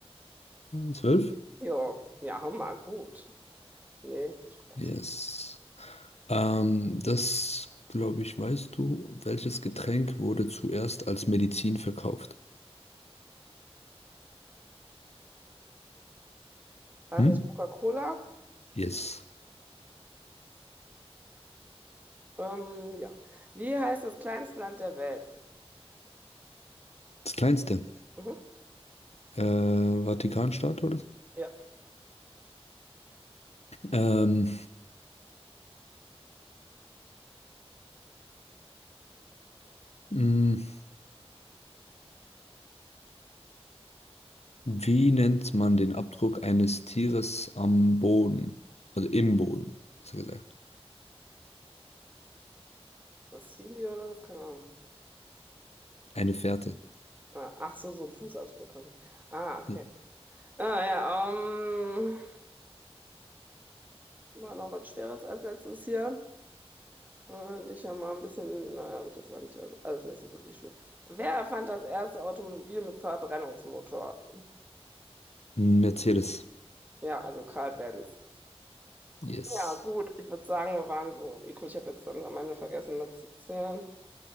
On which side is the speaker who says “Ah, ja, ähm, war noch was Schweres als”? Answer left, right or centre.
Right